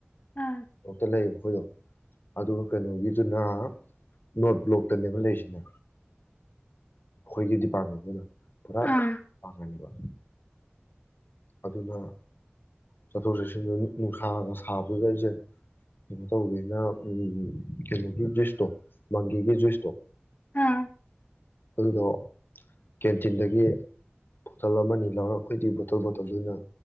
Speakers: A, on the left; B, on the left.
A: ꯑꯝ
B: ꯣꯛꯇ ꯂꯩꯌꯦꯕ ꯑꯩꯈꯣꯏꯗꯣ ꯑꯗꯨꯒ ꯀꯩꯅꯣꯒꯤꯗꯨꯅ ꯅꯣꯔꯠ ꯕ꯭ꯂꯣꯛꯇꯅꯦꯕ ꯂꯩꯁꯤꯅꯦ ꯑꯩꯈꯣꯏꯒꯤ ꯗꯤꯄꯥꯔꯠꯃꯦꯟꯗꯨꯅ ꯄꯨꯔꯥ
A: ꯑ
B: ꯈꯅꯤꯕ ꯑꯗꯨꯅ ꯆꯠꯊꯣꯛ ꯆꯠꯁꯤꯟꯗ ꯅꯨꯡꯁꯥꯒ ꯁꯥꯕꯒ ꯑꯩꯁꯦ ꯀꯩꯅꯣ ꯇꯧꯒꯦꯅ ꯀꯩꯅꯣꯒꯤ ꯖꯨꯏꯁꯇꯣ ꯃꯪꯒꯤꯒꯤ ꯖꯨꯏꯁꯇꯣ
A: ꯍꯥꯥ
B: ꯑꯗꯨꯗꯣ ꯀꯦꯟꯇꯤꯟꯗꯒꯤ ꯕꯣꯇꯜ ꯑꯃꯅꯤ ꯑꯅꯤ ꯂꯧꯔꯒ ꯑꯩꯈꯣꯏꯗꯤ ꯕꯣꯇꯜ ꯕꯣꯇꯜꯗꯨꯅ